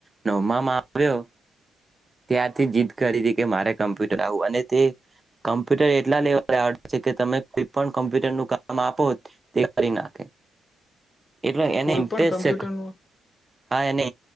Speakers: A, on the right (about 20°); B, on the left (about 30°).
A: નવમામાં આવ્યો ત્યારથી જીદ કરી હતી કે મારે કોમ્પ્યુટર આવું અને તે કમ્પ્યુટર એટલા લેવા આવડ છે કે તમે કોઈ પણ કોમ્પ્યુટર ન કામ આપો તે કરી નાખે એટલે એને
B: કોઈ
A: ઇન્ટરેસ્ટ
B: પણ કમ્પ્યુટરનું
A: છે હા એને